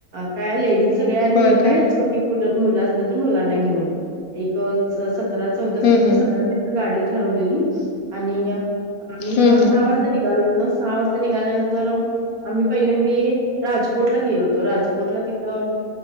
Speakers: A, on the right (about 80°); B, on the left (about 65°).
A: काय लेडीज सगळ्या आणि
B: होय
A: काय
B: का?
A: ट मुलं असली तर मुलांना घेऊन एक सतरा चौदा सीट
B: हं,
A: तर
B: हं.
A: सतरा गाडी ठरवली आणि म
B: हं,
A: पाच
B: हं.
A: सहा वाजता निघाल सहा वाज निघाल्यानंतर आम्ही पहिल्यांदा राजकोटला गेलो होतो. राजकोटला तिथं